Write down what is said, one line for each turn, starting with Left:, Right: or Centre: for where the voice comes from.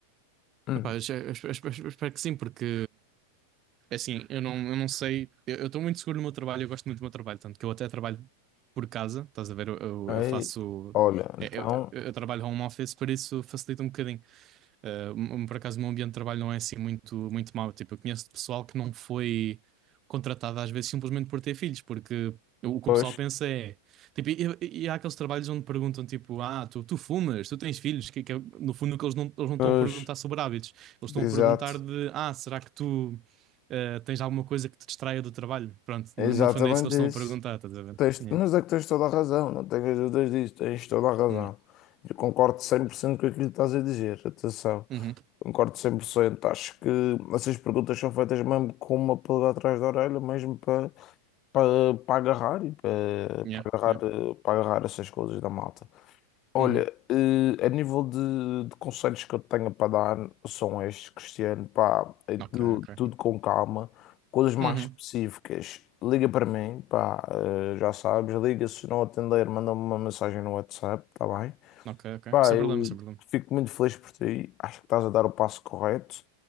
Left: Hum.
Right: Epá, eu, já- eu espe- eu eu espero que sim, porque é assim, eu não, eu não sei, eu estou muito seguro no meu trabalho, eu gosto muito do meu trabalho, tanto que eu até trabalho por casa, estás a ver? Eu, eu,
Left: Aí,
Right: eu faço,
Left: olha, então,
Right: é, eu, eu- eu trabalho home office, por isso facilita um bocadinho. Uh, um- um, por acaso, o meu ambiente de trabalho não é assim muito, muito mau. Tipo, eu conheço pessoal que não foi contratado às vezes simplesmente por ter filhos, porque o que
Left: pois,
Right: o pessoal pensa é. Tipo, e, e- e há aqueles trabalhos onde perguntam, tipo, ah, tu, tu fumas, tu tens filhos, que, que é, no fundo, que eles não, eles não estão
Left: pois,
Right: a perguntar sobre hábitos, eles estão
Left: exato,
Right: a perguntar de, ah, será que tu. uh, tens alguma coisa que te distraia do trabalho? Pronto,
Left: exatamente
Right: no, no fundo é isso que eles estão a
Left: isso.
Right: perguntar, estás a ver?
Left: Tens,
Right: Yeah.
Left: mas é que tens toda a razão, não tenhas dúvidas disso, tens toda a razão.
Right: Yeah.
Left: Eu concordo 100% com aquilo que estás a dizer, atenção,
Right: Uhum.
Left: concordo 100%. Acho que essas perguntas são feitas mesmo com uma pulga atrás da orelha, mesmo para para para agarrar e para
Right: Yeah.
Left: para agarrar,
Right: Yeah.
Left: eh, para agarrar essas coisas da malta. Olha,
Right: Uhum.
Left: eh, a nível de, de conselhos que eu tenho para dar são estes, Cristiano, pá, é tudo,
Right: Ok, ok.
Left: tudo com calma, coisas mais
Right: Uhum.
Left: específicas, liga para mim, pá, eh, já sabes, liga, se não atender, manda-me uma mensagem no WhatsApp, tá bem?
Right: Ok, ok.
Left: Pá,
Right: Sem
Left: eu
Right: problema, sem problema.
Left: fico muito feliz por ti, acho que estás a dar o passo correto,